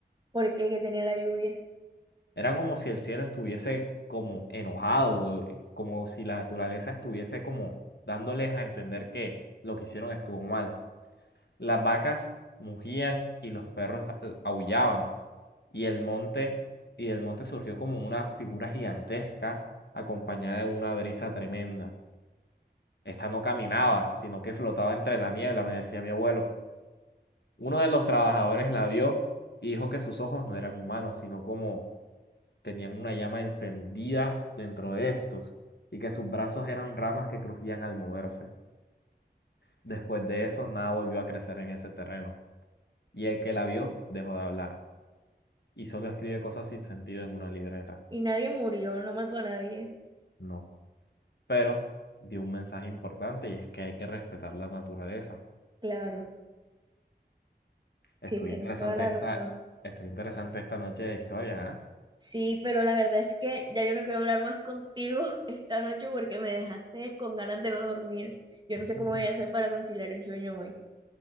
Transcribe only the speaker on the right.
Porque que tenía la lluvia.
Y nadie murió, no mató a nadie.
Claro,
sí, tienes
toda la
razón.
Sí, pero la verdad es que ya yo no quiero hablar más contigo <laughs> esta noche porque me dejaste con ganas de no dormir. Yo
no sé cómo
voy a hacer para conciliar el sueño hoy.